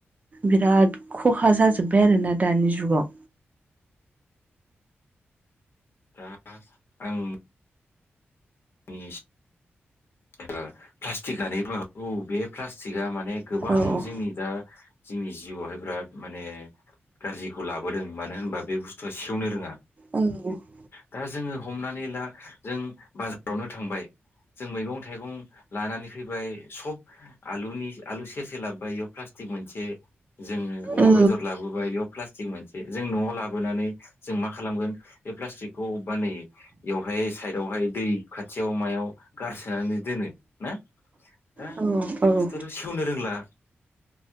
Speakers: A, on the right; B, on the left.
A: बिराद खहा जाजोब्बाय आरोना दानि जुगाव।
B: दा आं नि <unintelligible> प्लास्टिकआनो औ बे प्लास्टिकआ माने गोबां
A: औ
B: जोंनि दा जोंनि जिउआवहाय बिराद माने गाज्रिखौ लाबोदों मानो होनबा बे बुस्थुआ सेवनो रोंङा।
A: औ ओहो
B: दा जोंङो हमनानै ला जों बाजारावनो थांबाय जों मैगं थाइगं लानानै फैबाय सब आलुनि आलु सेरसे लाबोबाय बेयाव प्लास्टिक मोनसे जोंङो अमा
A: औ
B: बेदर लाबोबाय बेयाव प्लास थिग मोनसे जों नआव लाबोनानै जों मा खालामगोन? बे प्लास्टिकखौ अबेबा नै एवहाय साइदावहाय दै खाथियाव मायाव गार सोनानै दोनो ना दा
A: औ ओहो
B: बे बुस्थुआथ सेवनो रोंला।